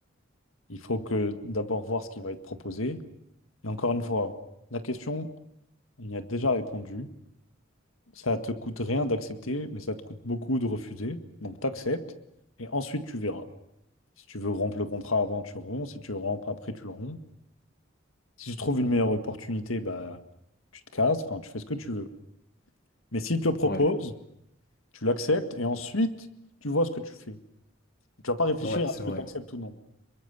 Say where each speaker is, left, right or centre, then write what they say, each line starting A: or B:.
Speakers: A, on the left (about 85°); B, on the left (about 50°).
A: Il faut que d'abord voir ce qui va être proposé. Et encore une fois, la question, on y a déjà répondu. Ça te coûte rien d'accepter, mais ça te coûte beaucoup de refuser. Donc, t'acceptes et ensuite, tu verras. Si tu veux rompre le contrat avant, tu romps. Si tu le rompes après, tu le romps. Si tu trouves une meilleure opportunité, bah, tu te casses. Enfin, tu fais ce que tu veux. Mais s'il te le propose,
B: Ouais,
A: Tu l'acceptes et ensuite, tu vois ce que tu fais. Tu vas pas réfléchir
B: ouais, c'est
A: à ce que
B: vrai.
A: tu acceptes ou non.